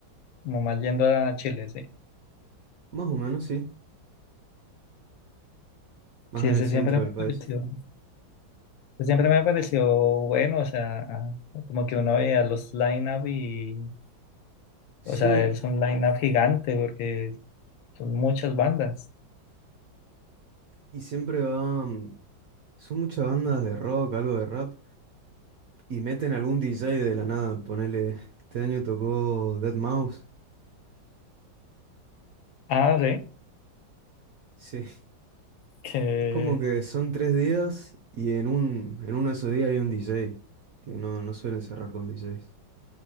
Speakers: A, on the left; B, on the right.
A: como más yendo a Chile, sí.
B: Más o menos, sí. Más
A: Sí,
B: en
A: ese
B: el centro
A: siempre me
B: del país.
A: pareció, ese siempre me pareció bueno, o sea, como que uno veía los line-up y
B: Sí,
A: O sea, es un Uf. line-up gigante porque son muchas bandas.
B: y siempre va. mm, Son muchas bandas de rock, algo de rap, y meten algún DJ de la nada, ponele, este año tocó Dead Mouse.
A: Ah, sí,
B: Sí,
A: que,
B: es como que son tres días y en un, en uno de esos días hay un DJ, que no, no suelen cerrar con DJs.